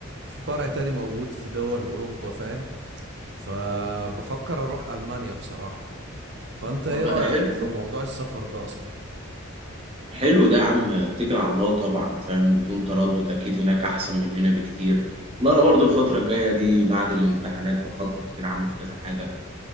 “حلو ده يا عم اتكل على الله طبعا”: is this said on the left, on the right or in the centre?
Right